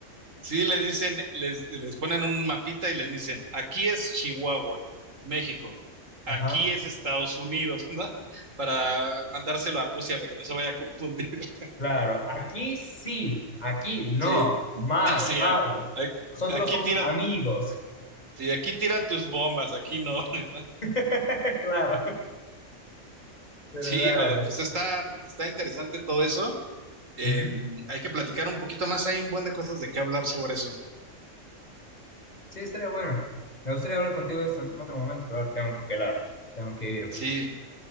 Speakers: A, on the right; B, on the left.
A: sí, le dicen, les, les ponen un mapita y les dicen, aquí es Chihuahua, México, aquí
B: Ajá.
A: es Estados Unidos, ¿no? Para mandárselo a Rusia para que no se vaya a confundir. <laughs>
B: Claro, aquí sí, aquí no,
A: Sí,
B: mal,
A: sí,
B: malo.
A: a- a-
B: Nosotros
A: aquí
B: somos
A: tira,
B: amigos.
A: sí, aquí tira tus bombas, aquí no. <laughs>
B: <laughs> Claro, pero
A: Sí,
B: dale.
A: brother, pues está, está interesante todo eso. Em,
B: Ujú.
A: hay que platicar un poquito más, hay un buen de cosas de qué hablar sobre eso.
B: Sí, estaría bueno. Me gustaría hablar contigo de esto en otro momento, pero ahora tengo que pelar, tengo que ir.
A: Sí.